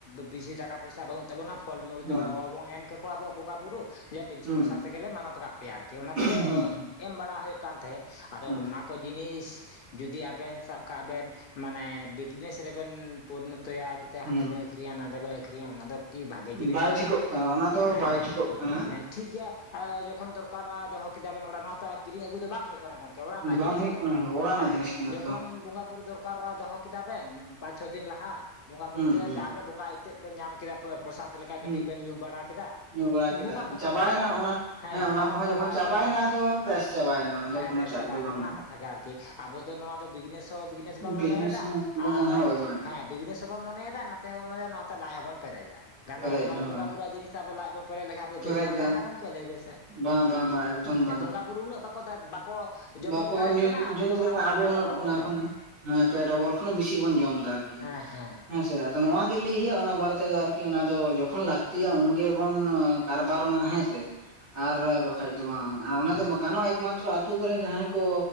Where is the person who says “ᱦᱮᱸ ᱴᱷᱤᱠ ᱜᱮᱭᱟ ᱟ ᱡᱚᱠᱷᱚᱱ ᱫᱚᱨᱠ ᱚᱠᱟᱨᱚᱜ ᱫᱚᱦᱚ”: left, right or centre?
Left